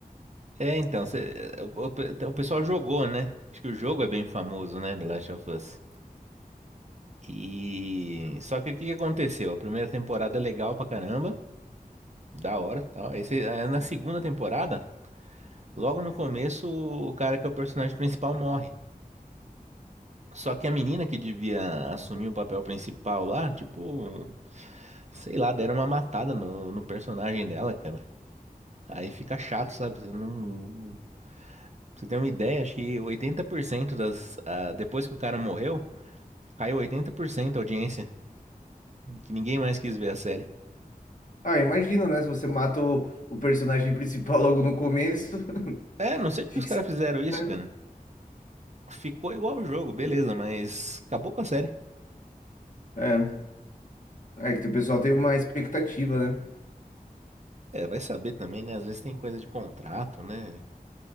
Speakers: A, on the right (about 50°); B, on the left (about 55°).
A: É, então, cê- o, o pe- o pessoal jogou, né? Acho que o jogo é bem famoso, né? Do Last of Us. E. Só que o que que aconteceu? A primeira temporada é legal pra caramba. Da hora, tal. Esse, é, na segunda temporada, logo no começo, o cara que é o personagem principal morre. Só que a menina que devia assumir o papel principal lá, tipo, sei lá, deram uma matada no, no personagem dela, cara. Aí fica chato, sabe? Você não. pra Você tem uma ideia, acho que 80% das. ah, depois que o cara morreu, caiu 80% a audiência, que ninguém mais quis ver a série.
B: Ah, imagina, né? Se você mata o, o personagem principal <laughs> logo no começo, <laughs>
A: É, não sei porque
B: fica
A: os caras
B: esquisito,
A: fizeram isso,
B: né?
A: cara. Ficou igual o jogo, beleza, mas acabou com a série.
B: É, é que o pessoal tem uma expectativa, né?
A: É, vai saber também, né? Às vezes tem coisa de contrato, né?